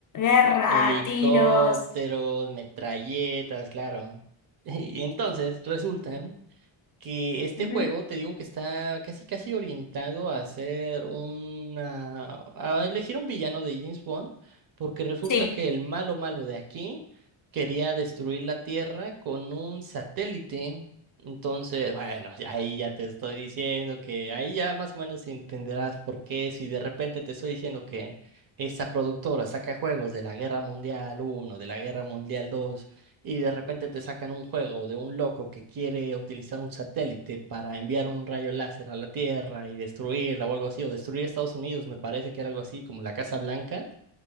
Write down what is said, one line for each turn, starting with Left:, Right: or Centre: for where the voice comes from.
Left: guerra,
Right: helicópteros,
Left: tiros.
Right: metralletas, claro. <laughs> Y entonces resulta que este
Left: Ujú.
Right: juego, te digo que está casi casi orientado a hacer una, a elegir un villano de James Bond, porque resulta
Left: Sí,
Right: que el malo malo de aquí quería destruir la Tierra con un satélite. Entonces, bueno, ahí ya te estoy diciendo que ahí ya más o menos entenderás por qué si de repente te estoy diciendo que esta productora saca juegos de la Guerra Mundial uno de la Guerra Mundial dos y de repente te sacan un juego de un loco que quiere utilizar un satélite para enviar un rayo láser a la Tierra y destruirla o algo así, o destruir Estados Unidos, me parece que era algo así como la Casa Blanca,